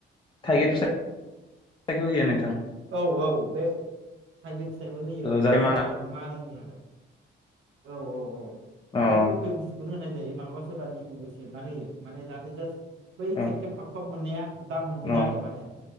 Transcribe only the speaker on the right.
औ
औ औ बे थाइगिर फिथाइबो होयो औ
मानो होनबा
बेयाव मानैनि आरो औ औ औ ओमफ्राय
गोखै बुस्थुखौ होनाय जायो म मालाबा सोरबा लेबुबो सेबना होयो माने जाहाथे जास बै
खेब खेब खाबखाब मोननाया दाम मोनथों
आरो माने।